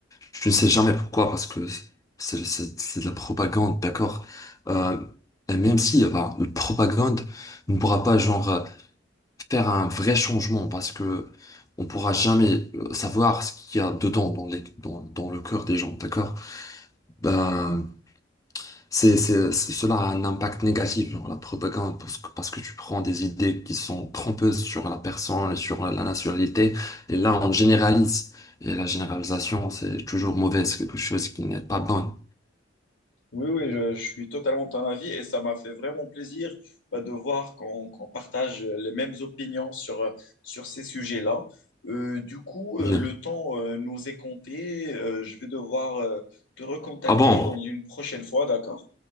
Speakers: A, on the left (about 20°); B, on the left (about 80°).
A: je ne sais jamais pourquoi, parce que c'est c'est- c'est de la propagande, d'accord? Euh, et même si, euh, bah, la propagande ne pourra pas, genre, euh, faire un vrai changement, parce que on pourra jamais euh, savoir ce qu'il y a dedans, dans les, dans, dans le cœur des gens, d'accord? Ben,
B: Mhm.
A: C'est, c'est- c'est- cela a un impact négatif, genre la propagande, parce que, parce que tu prends des idées qui sont trompeuses sur la personne et sur la nationalité, et là, on généralise. Et la généralisation, c'est toujours mauvais, c'est quelque chose qui n'est pas bon.
B: Oui, oui, je, je suis totalement de ton avis et ça m'a fait vraiment plaisir bah, de voir qu'on qu'on partage euh, les mêmes opinions sur, euh, sur ces sujets-là. Euh, du coup,
A: Bien.
B: euh, le temps euh, nous est compté. Euh, je vais devoir euh, te recontacter
A: Ah bon?
B: dans une prochaine fois, d'accord?